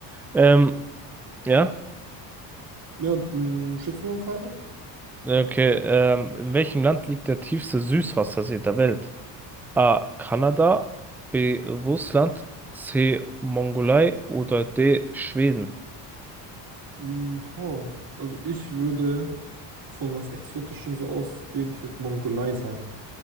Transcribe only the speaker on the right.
Ja, und, mm, schätzt du noch eine Frage?
Mm, boah, also ich würde von was Exotischem so ausgehen, ich würde Mongolei sagen.